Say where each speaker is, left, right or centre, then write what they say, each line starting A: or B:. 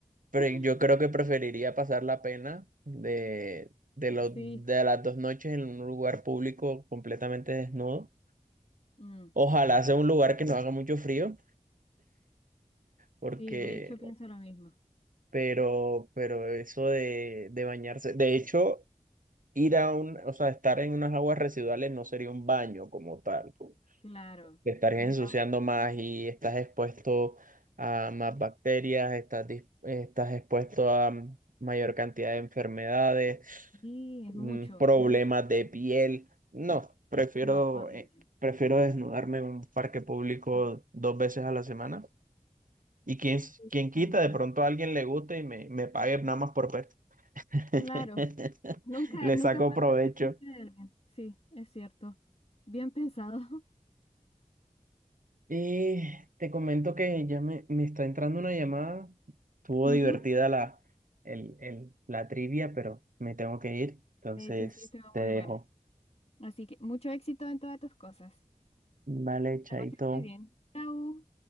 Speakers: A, on the right; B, on the left.
A: Pero
B: <laughs>
A: yo creo que preferiría pasar la pena de, de, lo- de
B: sí,
A: las dos noches en un lugar público completamente desnudo.
B: mm,
A: Ojalá sea un lugar que no haga mucho frío, porque,
B: sí, de hecho pienso lo mismo.
A: pero, pero eso de, de bañarse, de hecho, ir a un, o sea, estar en unas aguas residuales no sería un baño como tal.
B: Claro,
A: Te estarías
B: sería,
A: ensuciando más y estás expuesto a más bacterias, estás, dis- estás expuesto a mayor cantidad de enfermedades
B: sí es
A: mm,
B: mucho,
A: problemas
B: es mucho.
A: de piel. No, prefiero,
B: No, horrible.
A: eh, prefiero desnudarme en un parque público
B: Sí,
A: dos veces a la semana. Y quien,
B: sí,
A: quién quita,
B: también.
A: de pronto a alguien le guste y me, me pague nada más por ver. <laughs>
B: Claro, nunca,
A: Le
B: nunca
A: saco
B: falta
A: provecho.
B: el fetiche de alguien. Sí, es cierto. Bien pensado.
A: Y te comento que ya me, me está entrando una llamada. Estuvo
B: <laughs> Ujú.
A: divertida la, el, el- la trivia, pero me tengo que ir. Entonces
B: De hecho, sí, estuvo
A: te
B: muy
A: dejo.
B: buena. Así que mucho éxito en todas tus cosas.
A: Vale, chaito.
B: La pasé muy bien. Chau.